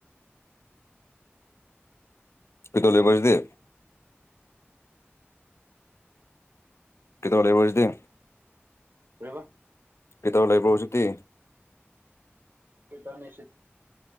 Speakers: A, on the left; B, on the right.
A: ꯄꯇꯣꯂꯕꯖꯗ ꯀꯗꯣꯂꯦ ꯄꯨꯖꯗ
B: ꯑꯔꯦꯕ
A: ꯄꯤ ꯇꯕꯨ ꯂ ꯂꯩꯕ꯭ꯔꯧꯁꯤꯗꯤ
B: ꯗꯔꯖ ꯂ